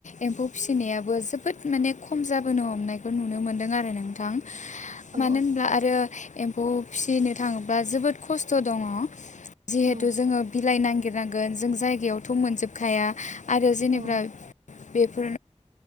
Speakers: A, on the left; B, on the right.
A: एम्फौ फिसिनायाबो जोबोद माने खम जाबोनो हमनाय नुनो मोनदों आरो नोंथां
B: औ
A: मानो होनब्ला आरो एम्फौ फिसिनो थाङोब्ला जोबोद खस्थ' दङ जिहेथु
B: औ
A: जोंङो बिलाइ नागिरनांगोन जों जायगायावथ' मोनजोबखाया आरो जेनेबा
B: औ
A: बेफोर